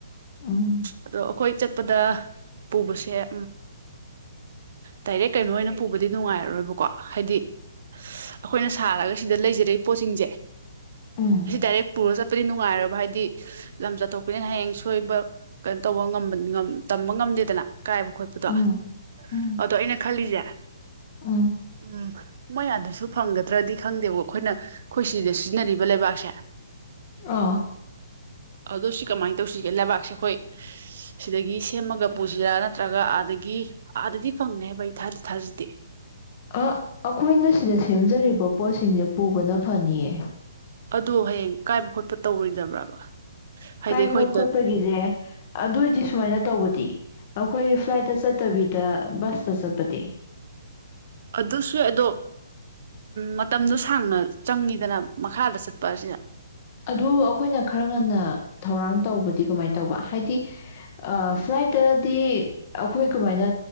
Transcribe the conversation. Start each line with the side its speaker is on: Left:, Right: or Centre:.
Left: ꯎꯝ
Right: ꯑꯗꯣ ꯑꯩꯈꯣꯏ ꯆꯠꯄꯗ ꯄꯨꯕꯁꯦ ꯗꯥꯏꯔꯦꯛ ꯀꯩꯅꯣ ꯑꯣꯏꯅ ꯄꯨꯕꯗꯤ ꯅꯨꯡꯉꯥꯏꯔꯔꯣꯏꯕꯀꯣ ꯍꯥꯏꯗꯤ ꯑꯩꯈꯣꯏꯅ ꯁꯥꯔꯒ ꯁꯤꯗ ꯂꯩꯖꯔꯛꯏ ꯄꯣꯠꯁꯤꯡꯁꯦ
Left: ꯎꯝ
Right: ꯑꯁꯤ ꯗꯥꯏꯔꯦꯛ ꯄꯨꯔꯒ ꯆꯠꯄꯗꯤ ꯅꯨꯡꯉꯥꯏꯔꯣꯏꯕ ꯍꯥꯏꯗꯤ ꯂꯝ ꯆꯠꯊꯣꯛꯄꯁꯤꯅ ꯍꯌꯦꯡ ꯁꯣꯏꯕ ꯀꯩꯅꯣ ꯇꯧꯕ ꯉꯝꯕ ꯇꯝꯕ ꯉꯝꯗꯦꯗꯅ ꯀꯥꯏꯕ ꯈꯣꯠꯄꯗꯣ
Left: ꯎꯝ ꯎꯝ
Right: ꯑꯗꯣ ꯑꯩꯅ ꯈꯜꯂꯤꯁꯦ
Left: ꯎꯝ
Right: ꯎꯝ ꯃꯣꯏ ꯑꯗꯨꯁꯨ ꯐꯪꯒꯗ꯭ꯔꯗꯤ ꯈꯪꯗꯦꯕꯀꯣ ꯑꯩꯈꯣꯏꯅ ꯑꯩꯈꯣꯏ ꯁꯤꯗ ꯁꯤꯖꯤꯟꯅꯔꯤꯕ ꯂꯩꯕꯥꯛꯁꯦ
Left: ꯑ
Right: ꯑꯣ ꯁꯤ ꯀꯃꯥꯏꯅ ꯇꯧꯁꯤꯒꯦ ꯂꯩꯕꯥꯛꯁꯦ ꯑꯩꯈꯣꯏ ꯁꯤꯗꯒꯤ ꯁꯦꯝꯃꯒ ꯄꯨꯁꯤꯔꯥ ꯅꯠꯇ꯭ꯔꯒ ꯑꯥꯗꯒꯤ ꯑꯥꯗꯗꯤ ꯐꯪꯅꯤ ꯍꯥꯏꯕ ꯑꯩ ꯊꯥꯖꯤ ꯊꯥꯖꯤꯗꯦ
Left: ꯑ ꯑꯩꯈꯣꯏꯅ ꯁꯤꯗ ꯁꯦꯝꯖꯔꯤꯕ ꯄꯣꯠꯁꯤꯡꯁꯦ ꯄꯨꯕꯅ ꯐꯅꯤꯌꯦ
Right: ꯑꯗꯣ ꯍꯌꯦꯡ ꯀꯥꯏꯕ ꯈꯣꯠꯄ ꯇꯧꯔꯣꯏꯗꯕ꯭ꯔꯕ ꯍꯥꯏꯗꯤ
Left: ꯀꯥꯏꯕ
Right: ꯑꯩꯈꯣꯏꯗ
Left: ꯈꯣꯠꯄꯒꯤꯁꯦ ꯑꯗꯨꯏꯗꯤ ꯁꯨꯃꯥꯏꯅ ꯇꯧꯕꯗꯤ ꯑꯩꯈꯣꯏ ꯐ꯭ꯂꯥꯏꯠꯇ ꯆꯠꯇꯕꯤꯗ ꯕꯁꯇ ꯆꯠꯄꯗꯤ
Right: ꯑꯗꯨꯁꯨ ꯑꯗꯣ ꯃꯇꯝꯗꯣ ꯁꯥꯡꯅ ꯆꯪꯉꯤꯗꯅ ꯃꯈꯥꯗ ꯆꯠꯄ ꯑꯁꯤꯗ
Left: ꯑꯗꯨ ꯑꯩꯈꯣꯏꯅ ꯈꯔ ꯉꯟꯅ ꯊꯧꯔꯥꯡ ꯇꯧꯕꯗꯤ ꯀꯃꯥꯏꯅ ꯇꯧꯕ ꯍꯥꯏꯗꯤ ꯐ꯭ꯂꯥꯏꯠꯇꯗꯤ ꯑꯩꯈꯣꯏ ꯀꯃꯥꯏꯅ